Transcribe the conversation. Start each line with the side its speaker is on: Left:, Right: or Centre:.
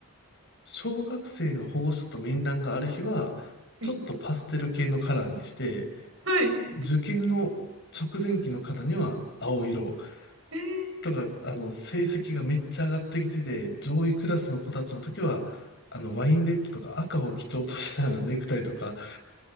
Left: 小学生の保護者と面談がある日は、
Right: はい。
Left: ちょっとパステル系のカラーにして、
Right: はい
Left: 受験の直前期の方には青色、
Right: へえ。
Left: とか、あの、成績がめっちゃ上がってきてて、上位クラスの子たちの時は、あの、ワインレッドとか赤を基調としたような <laughs> ネクタイとか、